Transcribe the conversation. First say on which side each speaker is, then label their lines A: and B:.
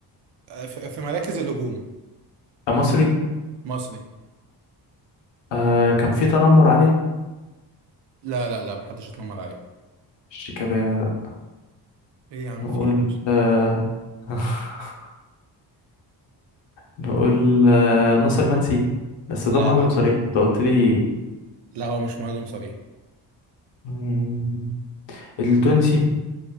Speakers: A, on the right (about 70°); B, on the left (about 75°).
A: في في مراكز الهجوم
B: آه، مصري
A: مصري
B: آه كان في تنمر عليه
A: لا لا لا محدش اتنمر عليه
B: شيكابالا لا
A: ايه يا عم
B: نقول
A: في ايه
B: آه <laughs> نقول آه ناصر منسي بس ده
A: لا
B: مهاجم
A: لا
B: صريح انت قلت لي
A: لا هو مش مهاجم صريح
B: مم، التونسي